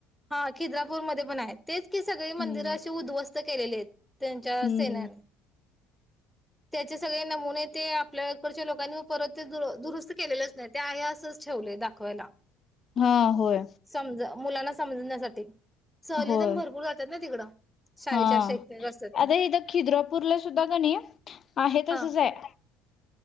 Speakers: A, in the centre; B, on the left.
A: हा, खिद्रापूर मध्ये पन हायत. तेच कि, सगळी
B: हम्म.
A: मंदिर अशी उध्वस केलेले त्यांच्या
B: हम्म
A: सैन्याने त्याचे सगळे नमुने ते आपल्याकडच्या लोकांनी परत ते दुरुस्त केलेलेच नाय ते हाय असच ठेवलंय, दाखवायला.
B: हा होय
A: समजा, मुलांनाच ण्यासाठी सहली
B: होय
A: ते न, भरपूर जात्यात ना तिकडं. शाळेच्या
B: हा
A: शैक्षणिक असतात त्या.
B: आरे इथं खिद्रापूरला सुद्धा कां नई हे
A: हा
B: तसंच आहे.